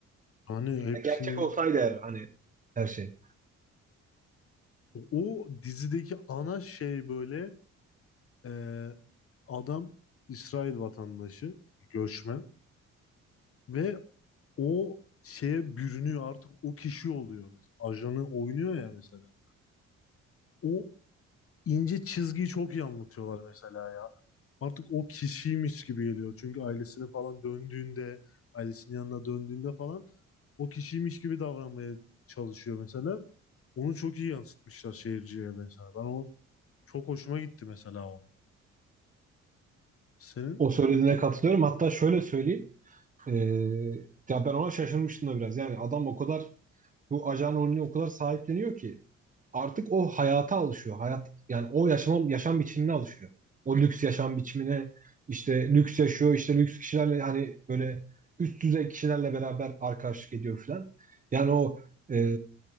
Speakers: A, on the left (about 50°); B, on the right (about 25°).
A: Hani hepsinin
B: Ya gerçek olsaydı eğer hani her şey.
A: o dizideki ana şey böyle e, adam İsrail vatandaşı, göçmen ve o şeye bürünüyor artık o kişi oluyor mesela. Ajanı oynuyor ya mesela. O ince çizgiyi çok iyi anlatıyorlar mesela ya. Artık o kişiymiş gibi geliyor. Çünkü ailesine falan döndüğünde, ailesinin yanına döndüğünde falan o kişiymiş gibi davranmaya çalışıyor mesela. Onu çok iyi yansıtmışlar seyirciye mesela. Ben o çok hoşuma gitti mesela o. Senin
B: O söylediğine katılıyorum. Hatta şöyle söyleyeyim. Ee, ya ben ona şaşırmıştım da biraz. Yani adam o kadar bu ajan rolünü o kadar sahipleniyor ki artık o hayata alışıyor. Hayat yani o yaşam yaşam biçimine alışıyor. O lüks yaşam biçimine işte lüks yaşıyor, işte lüks kişilerle hani böyle üst düzey kişilerle beraber arkadaşlık ediyor falan. Yani o e,